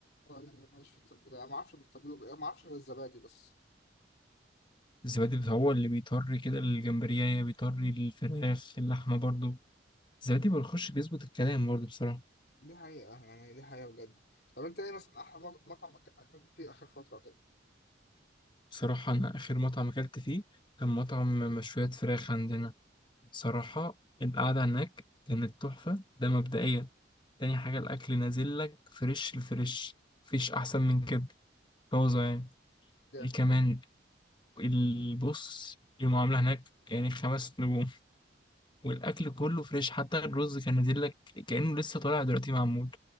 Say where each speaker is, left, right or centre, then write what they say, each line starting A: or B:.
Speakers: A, on the left (about 55°); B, on the left (about 25°).
A: اه يعني انا مش في التتبيل أنا ما <laughs> اعرفش بتتبله بإيه، ما اعرفش غير الزبادي بس
B: الزبادي بت- هو اللي بيطري كده الجمبريه بيطري الفراخ اللحمه برضو زبادي ما بيخش بيظبط الكلام برضه بصراحة
A: دي حقيقه يعني دي حقيقه بجد طب انت ايه مثلا احلى مط- مطعم أك- اكلت فيه اخر فتره كده
B: بصراحة أنا آخر مطعم أكلت فيه كان مطعم مشويات فراخ عندنا صراحة القعدة هناك كانت تحفة ده مبدئيا تاني حاجة الأكل نازل لك فريش الفريش مفيش أحسن من كده طازة يعني
A: جامد
B: إيه كمان البص المعاملة هناك يعني خمس نجوم والأكل كله فريش حتى الرز كان نازل لك كأنه لسه طالع دلوقتي معمول